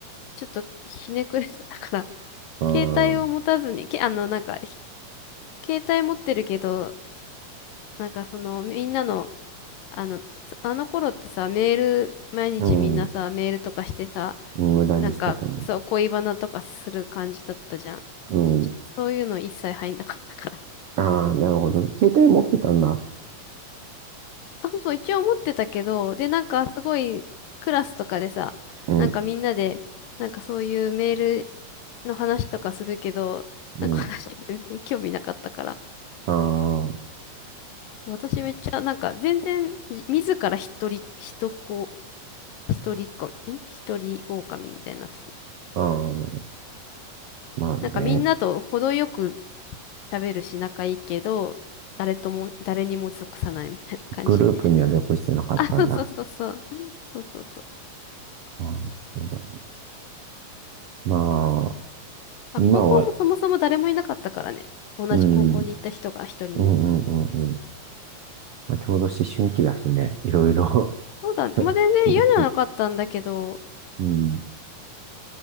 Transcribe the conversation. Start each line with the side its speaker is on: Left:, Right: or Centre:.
Left: ちょっとひねくれてたから、<laughs>
Right: あー、
Left: 携帯を持たずに、け、あの、なんか、ひ携帯持ってるけど、なんかその、みんなの、あの、そあの頃ってさ、メール、毎日みんなさ、
Right: うん。
Left: メールとかしてさ、
Right: 無駄にしてたね。
Left: なんか、そう、恋バナとかする感じだったじゃん。
Right: うん。
Left: そういうの一切入んなかったから。
Right: ああ、なるほどね。携帯持ってたんだ。
Left: あ、そうそう、一応持ってたけど、で、なんかすごいクラスとかでさ、
Right: うん。
Left: なんかみんなで、なんかそういうメールの話とかするけど、
Right: うん
Left: なんか私全然興味なかったから。
Right: ああ、
Left: 私めっちゃ、なんか全然、じ自ら一人、一子、一人っ子、ん一人狼みたいになってた。
Right: ああ、まあね。
Left: なんかみんなと程よく喋るし仲いいけど、誰とも、誰にも属さないみたいな感じ。
Right: グループには属してなかったんだ。
Left: あ、そうそうそうそう。そうそうそう。
Right: ああ、そうだねまあ、
Left: まあ、
Right: 今は、
Left: 高校もそもそも誰もいなかったからね。同じ高校に行った人が一人も。
Right: うん、うんうんうんうん。まあ、ちょうど思春期だしね。いろいろ
Left: そうだね。
Right: <laughs>
Left: まあ、全然嫌じゃなかったんだけど、
Right: ひねくれて。うん。